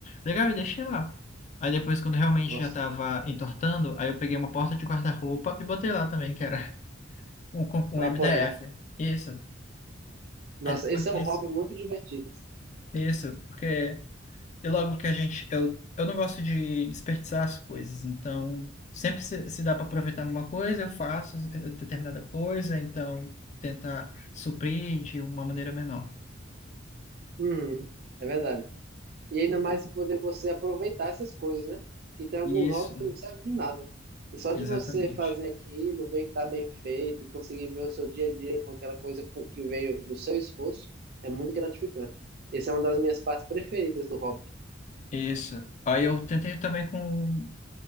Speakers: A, on the left (about 40°); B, on the right (about 55°).
A: Legal, e deixei lá. Aí depois, quando realmente
B: Nossa,
A: já tava entortando, aí eu peguei uma porta de guarda-roupa e botei lá também, que era <laughs> um, com- um
B: para
A: MDF.
B: apoiar.
A: Isso.
B: Nossa,
A: Aí depois
B: esse é
A: disso.
B: um hobby muito divertido.
A: Isso, porque e logo que a gente. Eu, eu não gosto de desperdiçar as coisas, então sempre se, se dá para aproveitar alguma coisa, eu faço eh, determinada coisa, então tentar suprir de uma maneira menor.
B: Uhum. É verdade. E ainda mais de poder você aproveitar essas coisas, né? Que tem alguns
A: Isso,
B: hobbies que não servem de nada. E só de
A: exatamente.
B: você fazer aquilo, ver que tá bem feito e conseguir ver o seu dia a dia com aquela coisa co- que veio do seu esforço, é muito gratificante. Essa é uma das minhas partes preferidas do hobby,
A: Isso. Aí eu tentei também com.